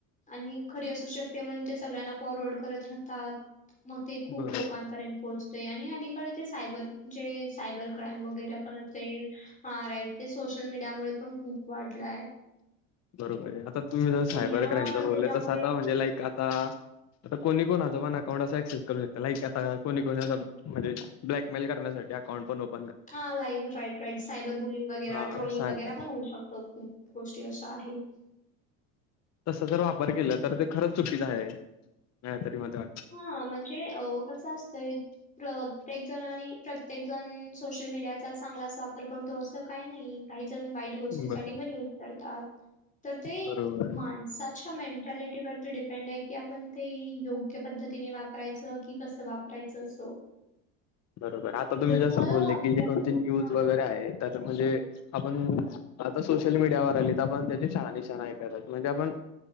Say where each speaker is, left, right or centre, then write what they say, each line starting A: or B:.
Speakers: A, on the left; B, on the left.
A: आणि खरी असू शकते म्हणून ते सगळ्यांना फॉरवर्ड करत राहतात मग ते खूप
B: बरोबर
A: लोकांपर्यंत पोहोचतोय आणि अलीकडे ते सायबर म्हणजे सायबर क्राईम वगैरे पण असेल हा राईट ते सोशल मीडिया मुळे पण खूप वाढलाय आहे.
B: बरोबर आहे आता तुम्ही जर
A: इ-
B: सायबर
A: हा
B: क्राईमच
A: त्याच्यामुळे
B: बोलले तस आता म्हणजे लाईक आता आता कोणी कोणाचा वन अकाउंट असा ऍक्सेस करू शक लाईक आता कोणी कोणाचा म्हणजे ब्लॅकमेल करण्यासाठी अकाउंट पण ओप.
A: हा लाई राईट राईट सायबर बुलिंग वगैरे
B: हा
A: ट्रोलिंग
B: सायबर
A: वगैरे पण होऊ शकतो. गोष्टी अशा आहे.
B: तस जर वापर केला तर ते खरंच चुकीचं आहे. नाही तरी माझा.
A: हा म्हणजे अ कसं असतय प्रत्येक जण आणि प्रत्येक जण सोशल मीडियाचा चांगलाच वापर करतो असं काही नाही काही जण वाईट गोष्टीसाठी
B: बर
A: पण युज करतात तर ते
B: बरोबर
A: माणसाच्या मेंटॅलिटीवरती डिपेंड आहे की आपण ते योग्य योग्य पद्धतीने वापरायचं की कसं वापरायचं असं.
B: बरोबर आता
A: म्हणजे
B: तुम्ही
A: तुम्हाला
B: जसं बोलले
A: वापरायचं
B: की ज कोणती न्यूज
A: हां.
B: वगैरे आहे. तर म्हणजे आपण. आता सोशल मीडियावर आली तर आपण त्याची शाहा -निशा करत म्हणजे आपण